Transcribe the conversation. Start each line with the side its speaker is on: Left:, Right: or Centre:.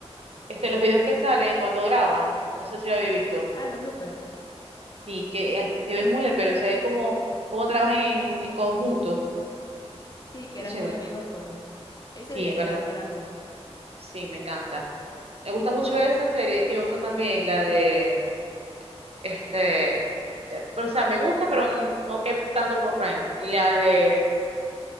Right: este, los videos que salen cuando graban. No sé si lo habéis visto.
Left: Ah, los bloopers.
Right: Sí, que as- se ve
Left: <laughs>
Right: muy al pelo, se ve como, como trabajan en, en conjunto.
Left: Sí, que
Right: Es
Left: eran
Right: chévere.
Left: muy amigos todos. Ahí se
Right: Sí,
Left: veía
Right: en verdad.
Left: que eran gran amigos.
Right: Sí, me encanta. Me gusta mucho esa serie y me gusta también la de, este, de- pero, o sea, me gusta, pero n- no que tanto como Frank. La de